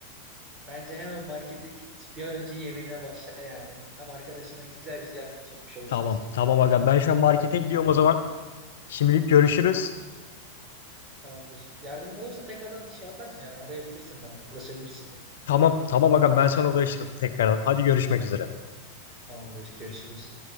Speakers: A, on the right; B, on the left.
A: Bence hemen markete git. Bir an önce yemeğine başla yani. Hem arkadaşına güzel bir ziyafet çekmiş olursunuz.
B: Tamam tamam agam ben şu an markete gidiyorum o zaman. Şimdilik görüşürüz.
A: Tamamdır. Yardım olursa tekrardan şey yaparsın yani arayabilirsin bana. Ulaşabilirsin.
B: Tamam tamam agam ben sana ulaşırım tekrardan. Hadi görüşmek üzere.
A: Tamamdır. Görüşürüz.